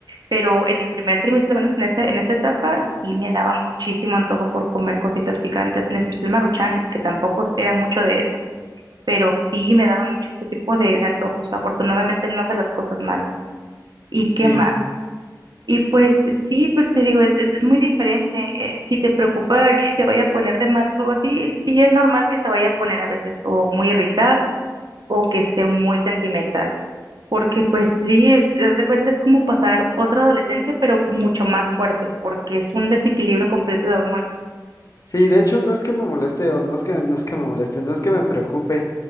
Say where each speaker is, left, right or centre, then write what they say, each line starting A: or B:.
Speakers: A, on the right; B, on the left.
A: pero en el primer trimestre, al menos en ese, en esa etapa, sí me daba muchísimo antojo por comer cositas picantes, en especial maruchanes, que tampoco es- era mucho de eso, pero sí me daba mucho ese tipo de, de antojos, afortunadamente no de las cosas malas. ¿Y qué
B: Sí.
A: más? Y pues sí, pero te digo, es, es- es muy diferente. eh, si te preocupa que se vaya a poner de malas o algo así, sí es normal que se vaya a poner a veces o muy irritable o que esté muy sentimental. Porque pues sí, es, haz de cuenta es como pasar otra adolescencia, pero mucho más fuerte, porque es un desequilibrio completo de hormonas.
B: Sí, de hecho no es que me moleste o no es que no es que me moleste, no es que me preocupe